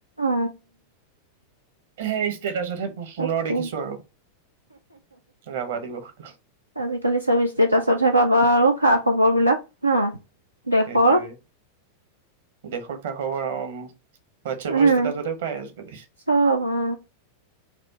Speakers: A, on the right (about 85°); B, on the right (about 55°).
A: অ
B: সেই ষ্টেটাচতহে পুনৰ
A: তাকে,
B: দেখিছো আৰু ৰাভা দিৱসটো
A: আজিকালি চব ষ্টেটাচতহে পাবা আৰু খা খবৰ বিলাক। হা। দেশৰ।
B: সেইটোৱে দেশৰ খা খবৰ, অ ম ৱাটচাপৰ
A: উম
B: ষ্টেতাচতে পাই আজিকালি ।
A: চব অ